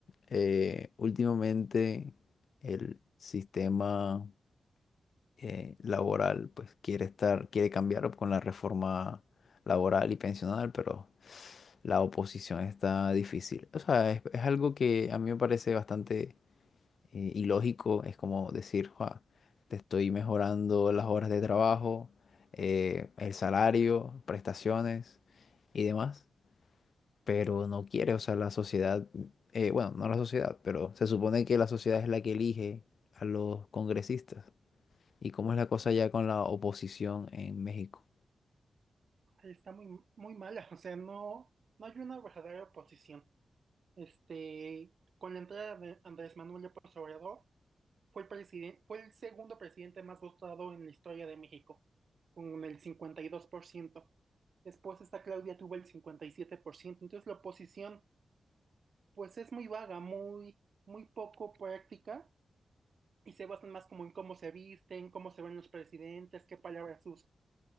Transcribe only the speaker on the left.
eh, últimamente el sistema eh, laboral pues quiere estar, quiere cambiar con la reforma laboral y pensional, pero la oposición está difícil. O sea, es, es algo que a mí me parece bastante eh, ilógico. Es como decir, "Jua, te estoy mejorando las horas de trabajo, eh, el salario, prestaciones y demás, pero no quiere, o sea, la sociedad, eh, bueno, no la sociedad, pero se supone que la sociedad es la que elige a los congresistas. ¿Y cómo es la cosa ya con la oposición en México?